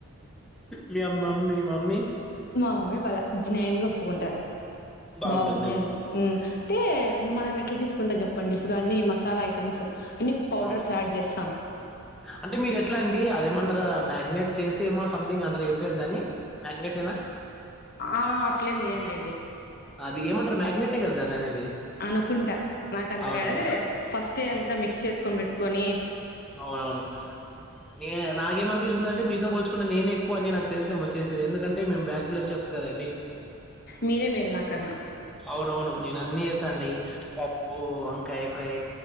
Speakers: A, in the centre; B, on the left.
A: మీ అమ్మ మమ్మీ మమ్మీ
B: మా మమ్మీ బల జినయన్గా ఒప్పుకుంటది
A: బాగుంటుంది
B: బాగుంది అనిద్ది
A: ఉమ్,
B: అంటే మనం ఎట్ల చేసుకుంటాం చెప్పండి ఇప్పుడు అన్ని మసాలా ఐటమ్స్ అన్ని పౌడర్స్
A: అవును
B: యాడ్ చేస్తాం
A: అంటే మీరు ఎట్లా అండి అదేమంటారుా మ్యాగ్నేట్ చేసి ఏమో సంథింగ్ అంటరు ఏం పేరు దాన్ని మ్యగ్నెట్ ఏనా
B: ఆ అట్లేం చెయ్యనులేండి
A: అది ఏమంటారు మ్యగ్నెట్. టె కదా దాని అనేది.
B: అనుకుంటా నాకంత
A: అవునవును
B: అరెర ఫస్ట్ దాన్ని అంతా
A: ఉమ్,
B: మిక్స్ చేసుకొని పెట్టుకొని.
A: అవునవును. నే నాకేమనిపిస్తుందిందంటే మీతో పోల్చుకుంటే నేనే ఎక్కువ అని నాకు తెలిసేమ వచ్చేసే ఎందుకంటే మేము బ్యాచలర్. బ్యాచిలర్స్చె కదండి
B: మీరే మేలు నాకన్నా
A: అవునవును నేను అన్ని. చేస్తండి పప్పు వంకాయ ఫ్రై